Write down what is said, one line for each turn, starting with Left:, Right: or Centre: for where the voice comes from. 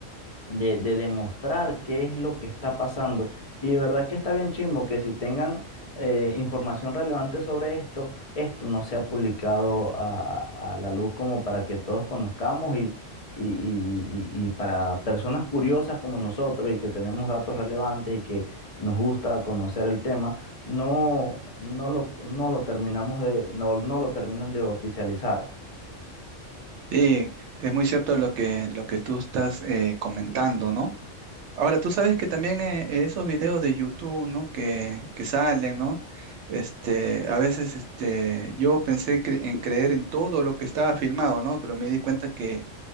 Left: de, de demostrar qué es lo que está pasando. Y de verdad que está bien chimbo que si tengan eh, información relevante sobre esto, esto no sea publicado a, a la luz como para que todos conozcamos y, y, y- y- y para personas curiosas como nosotros y que tenemos datos relevantes y que nos gusta conocer el tema, no, no lo, no lo terminamos de, no, no lo terminan de oficializar.
Right: Sí, es muy cierto lo que, lo que tú estás eh, comentando, ¿no? Ahora, tú sabes que también eh, esos videos de YouTube, ¿no? Que, que salen, ¿no? Este, a veces este, yo pensé cre- en creer en todo lo que estaba filmado, ¿no? Pero me di cuenta que